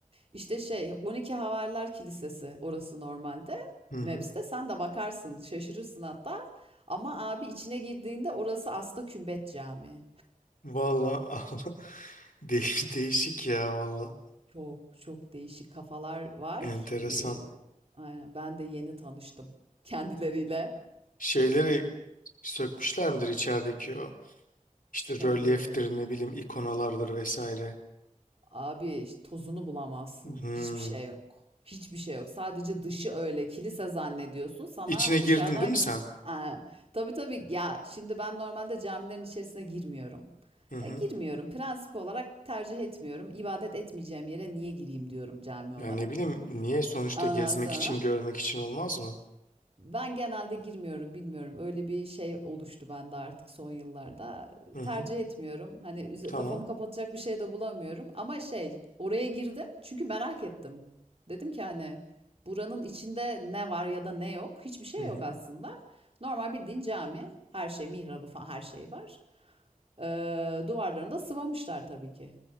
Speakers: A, on the right; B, on the left.
A: İşte şey 12 Havariler Kilisesi orası normalde.
B: Hı hı.
A: Maps'te sen de bakarsın, şaşırırsın hatta. Ama abi içine girdiğinde orası aslında Kümbet Camii.
B: Valla Allah <laughs> değiş, değişik ya valla.
A: Çok çok değişik kafalar var.
B: Enteresan.
A: Ee, aynen ben de yeni tanıştım kendileriyle.
B: Şeyleri sökmüşler midir içerideki o işte
A: Tabii.
B: rölyeftir ne bileyim ikonalardır vesaire.
A: Abi iş- tozunu bulamazsın.
B: Hmm.
A: Hiçbir şey yok. Hiçbir şey yok. Sadece dışı öyle kilise zannediyorsun. Sana
B: İçine girdin
A: dışarıdan
B: değil mi sen?
A: Aa, tabii tabii ya şimdi ben normalde camilerin içerisine girmiyorum.
B: Hı hı.
A: Ya girmiyorum. Prensip olarak tercih etmiyorum. İbadet etmeyeceğim yere niye gireyim diyorum cami
B: Ya
A: olarak.
B: ne bileyim niye sonuçta
A: Ondan
B: gezmek
A: sonra
B: için görmek için olmaz mı?
A: ben genelde girmiyorum, bilmiyorum. Öyle bir şey oluştu bende artık son yıllarda.
B: Hı hı.
A: Tercih etmiyorum. Hani üze-
B: Tamam.
A: kafamı kapatacak bir şey de bulamıyorum. Ama şey, oraya girdim çünkü merak ettim. Dedim ki hani buranın içinde ne var ya da ne yok? Hiçbir şey
B: Hı hı.
A: yok aslında. Normal bildiğin cami. Her şey, mihrabı falan her şey var. Ee, duvarlarını da sıvamışlar tabii ki.